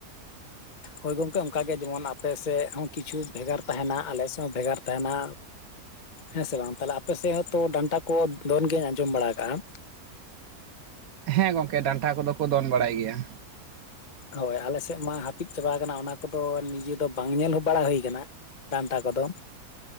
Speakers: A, on the left (about 35°); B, on the right (about 65°).
A: ᱦᱳᱭ ᱜᱚᱝᱠᱮ ᱚᱱᱠᱟᱜ ᱜᱮ ᱡᱮᱢᱚᱱ ᱟᱯᱮ ᱥᱮᱫ ᱦᱚᱸ ᱠᱤᱪᱷᱩ ᱵᱷᱮᱜᱟᱨ ᱛᱟᱦᱮᱱᱟ ᱟᱞᱮ ᱥᱮᱫ ᱦᱚᱸ ᱵᱷᱮᱜᱟᱨ ᱛᱟᱦᱮᱱᱟ᱾ ᱦᱮᱸ ᱥᱮ ᱵᱟᱝ ᱛᱟᱦᱟᱞᱮ ᱟᱯᱮᱥᱮᱫ ᱦᱚᱸ ᱛᱚ ᱰᱟᱱᱴᱟ ᱠᱚ ᱫᱚᱱ ᱜᱮᱭᱟᱧ ᱟᱸᱡᱚᱢ ᱵᱟᱲᱟ ᱠᱟᱜᱼᱟ।
B: ᱦᱮᱸ ᱜᱚᱝᱠᱮ ᱰᱟᱱᱴᱟ ᱠᱚᱫᱚ ᱠᱚ ᱫᱚᱱ ᱵᱟᱲᱟᱭ ᱜᱮᱭᱟ।
A: ᱦᱳᱭ ᱟᱞᱮᱥᱮᱫ ᱢᱟ ᱦᱟᱹᱯᱤᱫ ᱪᱟᱵᱟ ᱟᱠᱟᱱᱟ ᱚᱱᱟ ᱠᱚᱫᱚ ᱱᱤᱡᱮ ᱫᱚ ᱵᱟᱝ ᱧᱮᱞ ᱦᱚᱸ ᱵᱟᱲᱟ ᱦᱩᱭ ᱠᱟᱱᱟ। ᱰᱟᱱᱴᱟ ᱠᱚᱫᱚ